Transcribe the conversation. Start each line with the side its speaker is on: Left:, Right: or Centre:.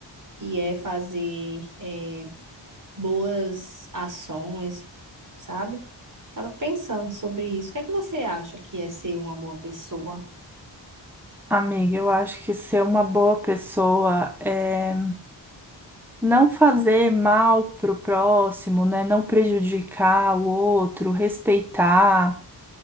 Right: que é fazer, é, boas ações, sabe? Tava pensando sobre isso. O que é que você acha que é ser uma boa pessoa?
Centre: amiga, eu acho que ser uma boa pessoa é não fazer mal pro próximo, né? Não prejudicar o outro, respeitar.